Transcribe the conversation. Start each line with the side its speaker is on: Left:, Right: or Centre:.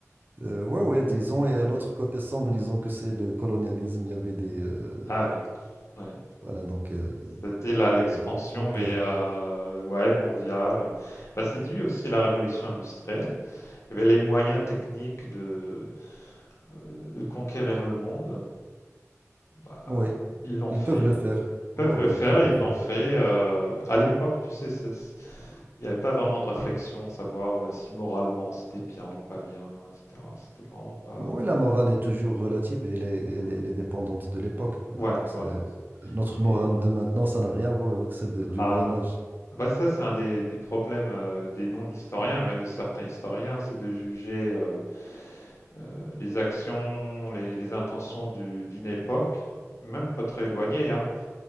Right: Euh, ouais, ouais, disons, et l'autre côté sombre, disons que c'est le colonialisme. Il y avait des. euh,
Left: Ah oui, ouais.
Right: voilà, donc, euh, il
Left: C'était la- l'expansion,
Right: y avait des empires.
Left: mais euh, ouais, mondiale. Bah, c'est dû aussi à la révolution industrielle. Il y avait les moyens techniques de, euh, de conquérir le monde. Bah,
Right: Oui,
Left: ils l'ont
Right: ils
Left: fait.
Right: peuvent le faire.
Left: peuvent
Right: Oui,
Left: le
Right: oui,
Left: faire,
Right: ils peuvent le
Left: ils
Right: faire.
Left: l'ont fait. euh, à l'époque, tu sais, c'est- c'est- il n'y avait pas vraiment de réflexion, savoir bah, si moralement c'était bien ou pas bien, etc. C'était vraiment pas.
Right: Oui, la morale est toujours relative et elle est, elle
Left: Ouais,
Right: est- elle est dépendante de l'époque. Donc,
Left: Ouais,
Right: c'est-
Left: voilà.
Right: Notre
Left: Et-
Right: morale de maintenant, ça n'a rien à voir avec celle de- du
Left: Ah
Right: Moyen
Left: non.
Right: Âge.
Left: Bah, ça, c'est un des, des problèmes euh, des non-historiens, même de certains historiens, c'est de juger euh, euh, les actions, les, les intentions du- d'une époque, même pas très éloignée, hein,